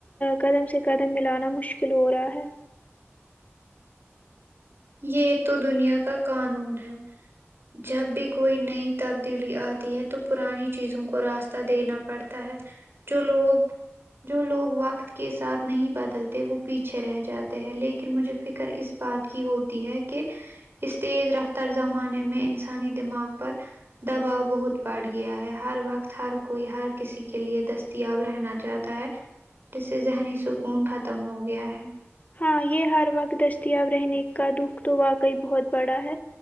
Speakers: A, on the left; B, on the right.
A: قدم سے قدم ملانا مشکل ہو رہا ہے
B: یہ تو دنیا کا قانون ہے جب بھی کوئی نئی تبدیلی آتی ہے تو پرانی چیزوں کو راستہ دینا پڑتا ہے چلو جو لوگ وقت کے ساتھ نہیں بدلتے وہ پیچھے رہ جاتے ہیں لیکن مجھے فکر اس بات کی ہوتی ہے کہ اس تیز رفتار زمانے میں انسانی دماغ پر دباؤ بہت بڑھ گیا ہے ہر وقت ہر کوئی ہر کسی کے لیے دست دستیاب رہنا چاہتا ہے جس سے ذہنی سکون ختم ہو گیا ہے
A: ہاں یہ ہر وقت دستیاب رہنے کا دکھ تو واقعی بہت بڑا ہے